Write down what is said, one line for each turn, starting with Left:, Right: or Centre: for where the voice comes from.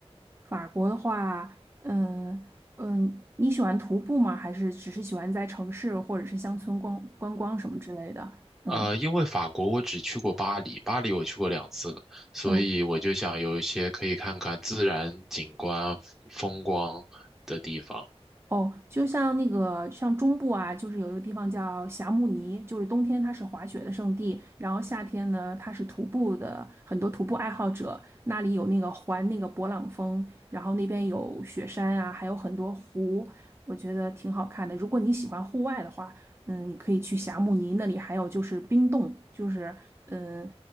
Right: 法国的话，嗯嗯，你喜欢徒步吗？还是只是喜欢在城市或者是乡村逛观光什么之类的？嗯
Centre: 呃，因为法国我只去过巴黎，巴黎我去过两次了，所以我就想有一些可以看看自然景观、
Right: 嗯，
Centre: 风光的地方。
Right: 哦，就像那个像中部啊，就是有一个地方叫霞慕尼，就是冬天它是滑雪的圣地，然后夏天呢它是徒步的，很多徒步爱好者那里有那个环那个勃朗峰，然后那边有雪山啊，还有很多湖，我觉得挺好看的。如果你喜欢户外的话。嗯，你可以去霞慕尼那里，还有就是冰洞，就是嗯